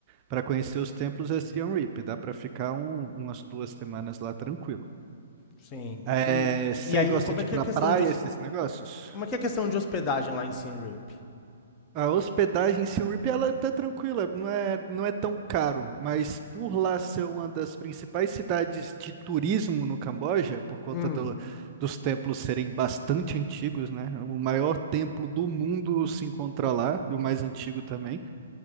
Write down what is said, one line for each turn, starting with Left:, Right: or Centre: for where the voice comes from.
Right: Para conhecer os templos é Siem Reap, dá para ficar um- umas duas semanas lá tranquilo.
Left: Sim.
Right: É,
Left: E,
Right: você
Left: e aí,
Right: gosta
Left: como
Right: de
Left: é que
Right: ir pra
Left: é a questão
Right: praia,
Left: de, hos-
Right: esses negócios?
Left: como é que é a questão de hospedagem lá em Siem Reap?
Right: A hospedagem em Siem Reap, ela tá tranquila, não é, não é tão caro, mas por lá ser uma das principais cidades de turismo no Camboja, por conta
Left: Hum,
Right: do- dos templos serem bastante antigos, né? O maior templo do mundo se encontra lá, e o mais antigo também.